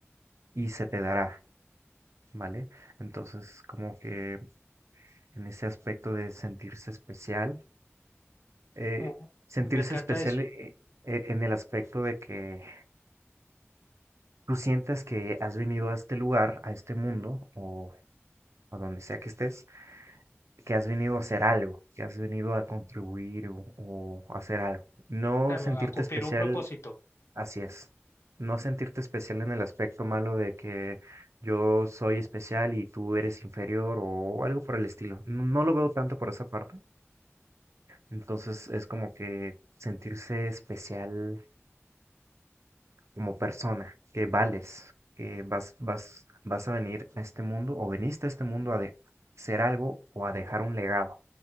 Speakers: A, on the right; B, on the left.
A: y se te dará, ¿vale? Entonces, como que en ese aspecto de sentirse especial, eh,
B: Mu-
A: sentirse
B: Me encanta
A: especial
B: eso.
A: eh, eh, en el aspecto de que tú sientes que has venido a este lugar, a este mundo, o a donde sea que estés, que has venido a hacer algo, que has venido a contribuir o, o hacer algo. No
B: Claro,
A: sentirte
B: a cumplir
A: especial,
B: un propósito.
A: así es. No sentirte especial en el aspecto malo de que yo soy especial y tú eres inferior o algo por el estilo. No, no lo veo tanto por esa parte. Entonces es como que sentirse especial como persona, que vales, que vas, vas, vas a venir a este mundo o veniste a este mundo a de- ser algo o a dejar un legado